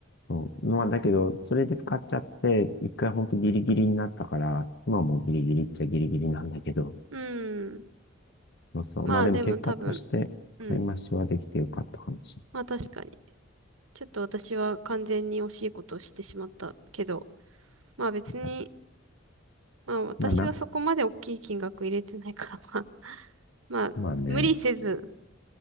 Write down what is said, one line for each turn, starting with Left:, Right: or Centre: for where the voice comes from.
Left: そう。まあ、だけど、それで使っちゃって、一回ほんとギリギリになったから、今はもうギリギリっちゃギリギリなんだけど、
Right: うん。
Left: そうそう。
Right: まあでも多分、
Left: まあ、でも結果として、
Right: うん。
Left: 買い増しはできてよかったかもしれ
Right: まあ確かに。ちょっと私は完全に惜しいことをしてしまったけど、まあ別に、
Left: ない。
Right: まあ私はそこまで大きい金額入れてないから、
Left: まあな、
Right: まあ、<laughs> まあ無理せず
Left: まあね、